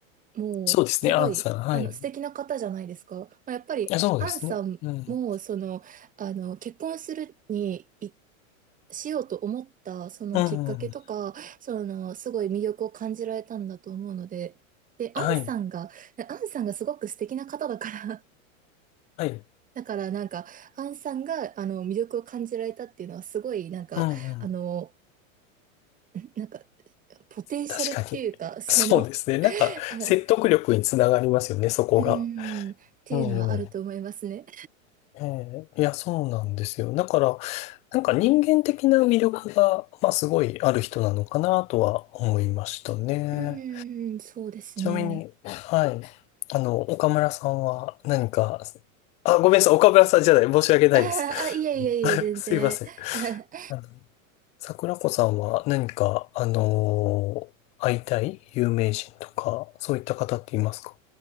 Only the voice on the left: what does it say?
そうですね。
アンさん。はい。
えそうですね。
うん。
うん。
はい。
はい。
うん、うん。
確かに。
そうですね。なんか、
説得力につながりますよね、そこが。
うん。ええいや、そうなんですよ。だから、なんか人間的な魅力が、まあ、すごいある人なのかなとは思いましたね。
ちなみに、はい。あの、岡村さんは何か、あ、ごめんなさい。岡村さんじゃない。申し訳ないです。
<laughs>
すいません。
あの桜子さんは何か、あのー会いたい有名人とか、そういった方っていますか